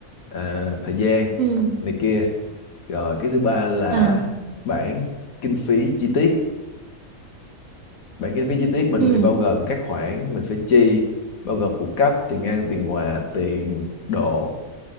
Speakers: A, on the left; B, on the right.
A: à, thời gian
B: Ừ.
A: này kia rồi cái thứ ba là
B: À.
A: bản kinh phí chi tiết bản kế phí chi tiết mình
B: Ừ.
A: thì bao gồm các khoản mình phải chi bao gồm phụ cấp tiền ăn tiền quà tiền đồ